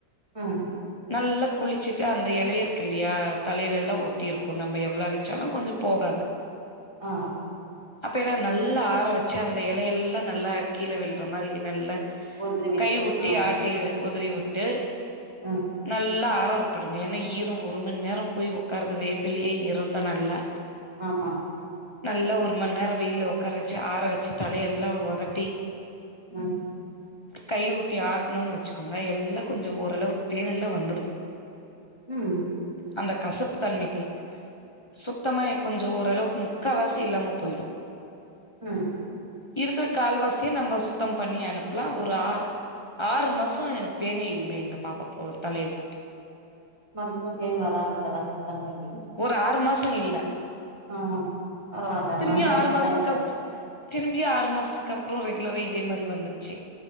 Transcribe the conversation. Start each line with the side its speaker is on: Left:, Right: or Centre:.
Right: ம்
Left: நல்லா குளிச்சிட்டு அந்த எல இருக்கில்யா தலையில எல்லா ஒட்டி இருக்கு நம்ம எவ்ளோ அலச்சாலு கொஞ்ச போகாது
Right: ஆ
Left: அப்ப என்னா நல்லா ஆற வெச்சு அந்த எலையெல்லா நல்லா கீழே விழ்ற மாரி நல்ல
Right: உதிரி விட்டு
Left: கை ஒட்டி
Right: ஆ
Left: ஆட்டி வொதரி வுட்டு
Right: ம்
Left: நல்லா ஆற விட்டுடுங்க ஏன்னா ஈரோ ஒரு மண் நேரோ போய் உக்காறது வேப்பிலயே ஈருந்தா நல்லா
Right: ஆமா
Left: நல்லா ஒரு மண் நேரம் வெயில ஒக்கார வெச்சி ஆற வெச்சி தலையெல்லா ஒதட்டி
Right: ம்
Left: கைய ஓட்டி ஆட்டணுன்னு வெச்சுக்கோங்க எல்லா கொஞ்ச ஓரளவுக்கு பேன் எல்லா வந்துடு
Right: ம்
Left: அந்த கசப்பு தன்மைக்கி சுத்தமா கொஞ்ச ஓரளவுக்கு முக்கவாசி இல்லாம போய்டு
Right: ம்
Left: இருக்கிற கால்வாசிய நம்ம சுத்தம் பண்ணி அனுப்பலா ஒரு ஆ ஆறு மாசோ பேனே இல்ல எங்க பாப்பா போல தலையில
Right: மறுபடியு பேன் வராது அந்த கசப்பு தன்மைக்கி
Left: ஒரு ஆறு மாசோ இல்ல
Right: ஆ பரவால
Left: திரும்பியு
Right: நல்ல
Left: ஆறு
Right: இது
Left: மாசத்துக்கு
Right: தா இது
Left: அப் திரும்பியு ஆறு மாசத்துக்கு அப்றோ ரெகுலரா இதே மாரி வந்ருச்சி